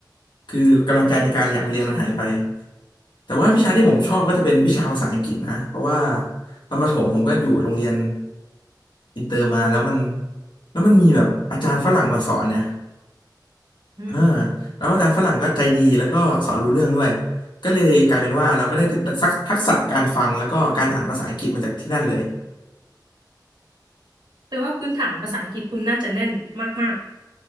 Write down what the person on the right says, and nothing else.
อ่าใช่ใช่
ใช่
อืม
แต่ว่าพื้นฐานภาษาอังกฤษคุณน่าจะแน่นมาก